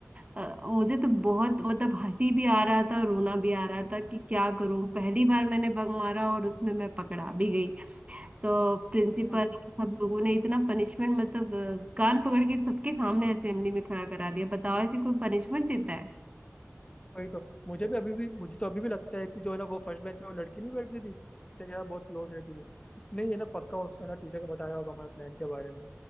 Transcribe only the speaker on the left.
मुझे
वही तो मुझे भी अभी भी मुझे तो अभी भी लगता है कि जो है ना वो फर्स्ट बेंच में वो लड़की नहीं बैठती थी टीचर के साथ बहुत क्लोज रहती थी उसने ये ना पक्का उस है ना टीचर को बताया होगा हमारे प्लान के बारे में